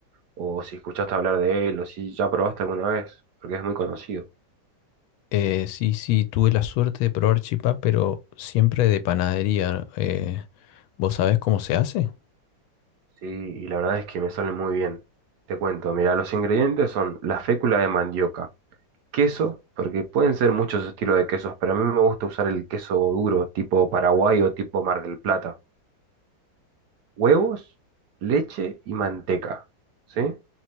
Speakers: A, on the right; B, on the left.
A: o si escuchaste hablar de él o si ya probaste alguna vez, porque es muy conocido,
B: Eh, sí, sí, tuve la suerte de probar chipá, pero siempre de panadería. Eh, ¿vos sabés cómo se hace?
A: ¿sí? Y la verdad es que me sale muy bien. Te cuento, mira, los ingredientes son la fécula de mandioca, queso, porque pueden ser muchos estilos de quesos, pero a mí me gusta usar el queso duro, tipo Paraguay o tipo Mar del Plata, huevos, leche y manteca, ¿sí?